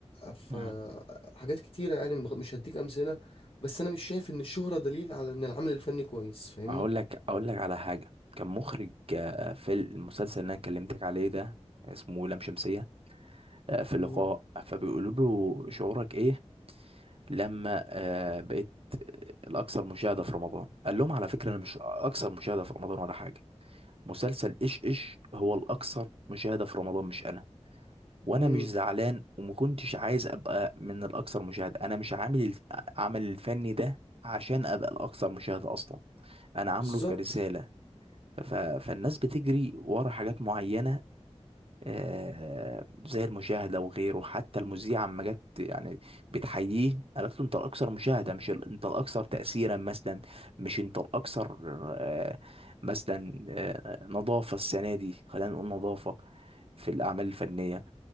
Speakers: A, on the left; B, on the right.
A: ف
B: مم.
A: حاجات كتيره يعني مش هديك امثله بس انا مش شايف ان الشهره دليل على ان العمل الفني كويس فاهمني
B: اقول لك اقول لك على حاجه كان مخرج آه، في المسلسل اللي انا كلمتك عليه ده اسمه لام شمسيه آه، في
A: امم
B: لقاء فبيقولوا له شعورك ايه لما آه، بقيت الاكثر مشاهده في رمضان قال لهم على فكره انا مش اكثر مشاهده في رمضان ولا حاجه مسلسل ايش ايش هو الاكثر مشاهده في رمضان مش انا وانا
A: امم
B: مش زعلان وما كنتش عايز ابقى من الاكثر مشاهده انا مش عامل الف- عمل الفني ده عشان ابقى الاكثر مشاهده اصلا انا عامله
A: بالظبط
B: كرساله ف... ف- فالناس بتجري ورا حاجات معينه آه، زي المشاهدة وغيره حتى المذيعة لما جت يعني بتحييه قالت له انت الأكثر مشاهدة مش ال- انت الأكثر تأثيرا مثلا مش انت الأكثر آه، مثلا آه، نظافة السنة دي خلينا نقول نظافة في الأعمال الفنية